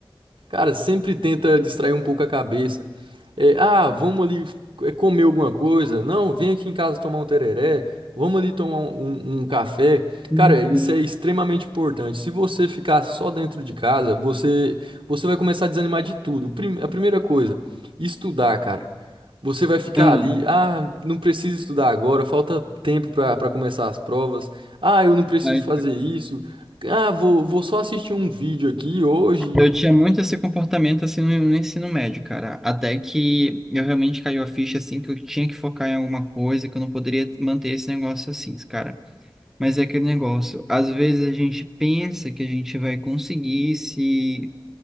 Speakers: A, on the right; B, in the centre.
A: Cara, sempre tenta distrair um pouco a cabeça. É, ah, vamos ali é, comer alguma coisa. Não, vem aqui em casa tomar um tereré. Vamos ali tomar um, um um café.
B: sim,
A: Cara, isso
B: sim.
A: é extremamente importante. Se você ficar só dentro de casa, você, você vai começar a desanimar de tudo. prim- A primeira coisa, estudar, cara. Você vai ficar
B: Ah,
A: ali, ah, não preciso estudar agora, falta tempo para para começar as provas. Ah, eu não preciso
B: vai,
A: fazer isso. Ah, vou, vou só assistir um vídeo aqui hoje
B: Eu tinha muito esse comportamento assim no, no ensino médio, cara. Até que eu realmente caiu a ficha assim que eu tinha que focar em alguma coisa, que eu não poderia manter esse negócio assim, cara. Mas é aquele negócio, às vezes a gente pensa que a gente vai conseguir se